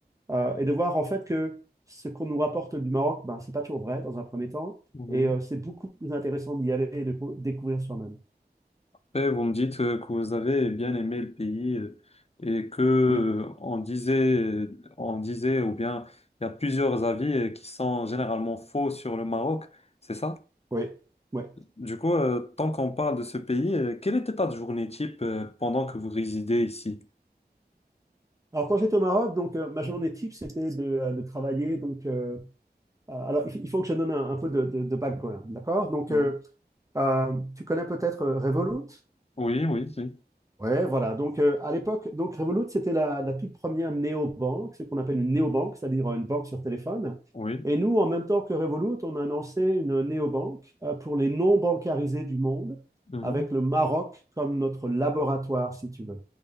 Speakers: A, on the right; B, on the left.
A: euh, et de voir en fait que ce qu'on nous rapporte du Maroc, ben, ce n'est pas toujours vrai dans un premier temps.
B: oui.
A: Et euh, c'est beaucoup plus intéressant d'y aller et de co- découvrir soi-même.
B: Et vous me dites euh, que vous avez bien aimé le pays euh, et que euh,
A: Oui,
B: on disait, on disait, ou bien il y a plusieurs avis euh, qui sont généralement faux sur le Maroc, c'est ça?
A: oui, oui.
B: Du coup, euh, tant qu'on parle de ce pays, euh, quelle était ta journée type euh, pendant que vous résidez ici?
A: Alors, quand j'étais au Maroc, donc, euh, ma journée type, c'était de, euh, de, travailler. Donc, euh, euh, alors, il il faut que je donne un, un peu de, de, de background, d'accord Donc,
B: Mhm.
A: euh, euh, tu connais peut-être euh, Revolut
B: Oui, oui, oui,
A: Ouais, voilà. Donc, euh, à l'époque, donc Revolut, c'était la, la toute première néobanque, ce qu'on appelle une néobanque, c'est-à-dire une banque sur téléphone.
B: oui,
A: Et nous, en même temps que Revolut, on a lancé une néobanque euh, pour les non-bancarisés du monde,
B: Mhm.
A: avec le Maroc comme notre laboratoire, si tu veux.